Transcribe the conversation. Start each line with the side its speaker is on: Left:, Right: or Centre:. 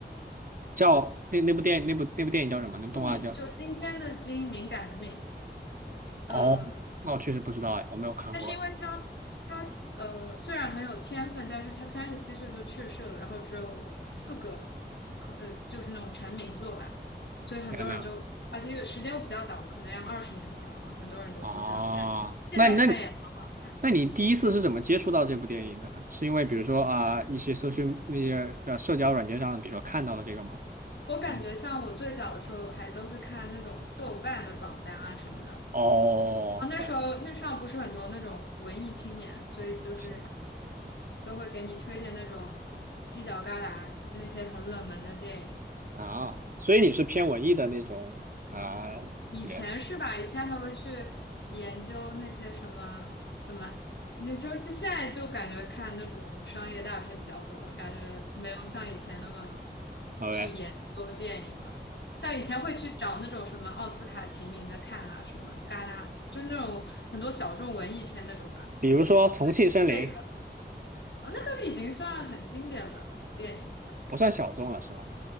Right: 叫那那部电影，那部那部电影叫什么？那部动画叫……
Left: 金敏就今天的金，敏感的敏。呃。
Right: 哦，那我确实不知道哎，我没有看过哎
Left: 但是因为他他呃虽然很有天分，但是他三十七岁就去世了，然后只有四个可呃就是那种成名作吧，所以很多人就而且又时间又比较早，
Right: 天呐，
Left: 可能要二十年前了嘛，很多人都不知道，
Right: 啊，
Left: 但现在看也很好看。
Right: 那那你那你第一次是怎么接触到这部电影的呢？是因为比如说啊、一些社群那些呃社交软件上，比如说看到了这个吗？
Left: 我感觉像我最早的时候还都是看那种豆瓣的榜单啊什么的，
Right: 还是？哦，
Left: 啊那时候那上不是很多那种文艺青年，
Right: 我也不得。
Left: 所以就是
Right: 是。
Left: 都会给你推荐那种犄角旮旯那些很冷门的电影。
Right: 啊，所以你是偏文艺的那种啊人
Left: 以前是吧？以前还会去研究那些什么怎么，那就是就现在就感觉看那种商业大片比较多了感觉没有像以前那么
Right: ，OK，
Left: 去研究电影了。像以前会去找那种什么奥斯卡提名的看啊，什么戛纳，就是那种很多小众文艺片那种吧。
Right: 比如说重庆森林
Left: 累了哦，那个已经算很经典的电影了吧？
Right: 不算小众了是吧？